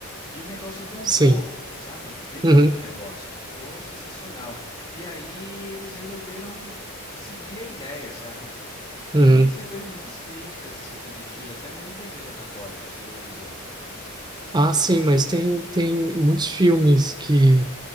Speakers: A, on the left; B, on the right.
A: e o negócio bombou,
B: sim,
A: sabe? Pegou
B: uhum,
A: o negócio, ficou sensacional. E aí eles resolveram seguir a ideia, sabe? E
B: uhum.
A: receberam muitas críticas assim positivas, até mesmo da Igreja Católica sobre a visão, sabe? Foi uma
B: Ah,
A: coisa
B: sim,
A: assim,
B: mas tem, tem muitos filmes que